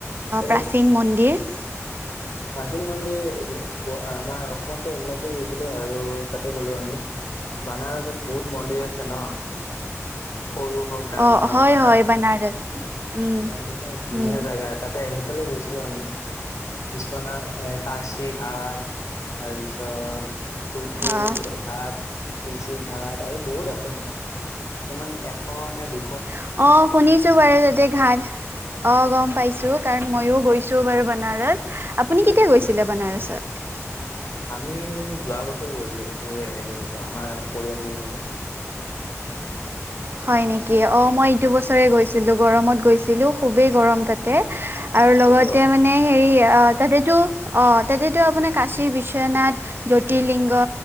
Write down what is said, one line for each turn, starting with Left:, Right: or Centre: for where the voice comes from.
Left: কিন্তু
Right: প্ৰাচীন মন্দিৰ?
Left: প্ৰাচীন মন্দিৰ এই অ' আমাৰ অসমত' এইবিলাকেই গৈছিলোঁ আৰু তাতে গ'লোঁ আমি। বানাৰসত বহুত মন্দিৰ আছে ন'? সৰু হওঁক, ডাঙৰ
Right: অ'
Left: হওঁক
Right: হয়
Left: বানাৰ
Right: হয়
Left: অঁ,
Right: বানাৰস উম
Left: এইটো ত' ধুনীয়া
Right: উম
Left: জাগা তাতে সেইফালে গৈছিলোঁ আমি। বিশ্বনাথ এ কাশী ঘাট, তাৰপিছত কুলশী
Right: অ'
Left: ঘাট, তুলচী ঘাট আৰু বহুত আছে মান, কিছুমান এশ নে দু
Right: অ', শুনিছোঁ বাৰু তাতে ঘাট। অ', গম পাইছোঁ কাৰণ মইও গৈছোঁ বাৰু বানাৰাস। আপুনি কেতিয়া গৈছিলে বানাৰসত?
Left: আমি যোৱা বছৰ গৈছিলো, গৈ আহিলো আমাৰ পৰিয়ালৰ লগত।
Right: হয় নেকি? অ মই ইটো বছৰে গৈছিলো। গৰমত গৈছিলোঁ, খুবেই গৰম তাতে আৰু লগতে
Left: খুবেই ভাল
Right: মানে হেৰি অ তাতেতো অ তাতেতো আপোনাৰ কাশীৰ বিশ্বনাথ জ্যোতিলিংগ